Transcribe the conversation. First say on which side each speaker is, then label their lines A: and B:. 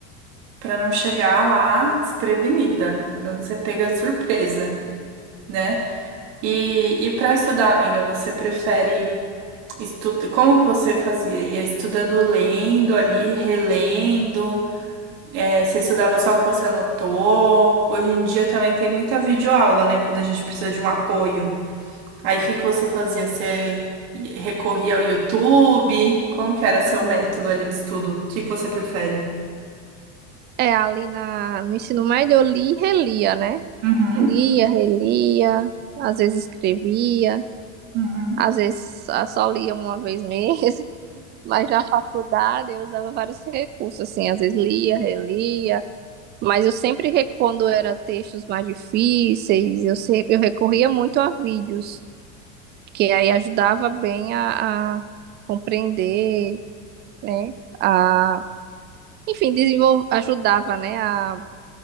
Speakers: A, on the right; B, on the right.
A: pra não chegar lá desprevenida, pra não ser pega de surpresa, né? E, e para estudar, amiga, você prefere estudar? Como que você fazia? Ia estudando lendo ali, relendo? É, você estudava só o que você anotou? Hoje em dia também tem muita videoaula, né? Quando a gente precisa de um apoio. Aí o que que você fazia? Você recorria ao YouTube? Como que era seu método ali de estudo? O que que você prefere?
B: é ali na, no ensino médio eu li e relia, né?
A: Uhum,
B: Lia, relia, às vezes escrevia,
A: uhum,
B: às vezes ah, só lia uma vez mesmo, <laughs> mas na faculdade eu usava vários recursos, assim, às vezes lia, relia, Mas eu sempre, re- quando era textos mais difíceis, eu, se- eu recorria muito a vídeos, que aí ajudava bem a, a compreender, né? A, enfim, desenvol, ajudava, né? A,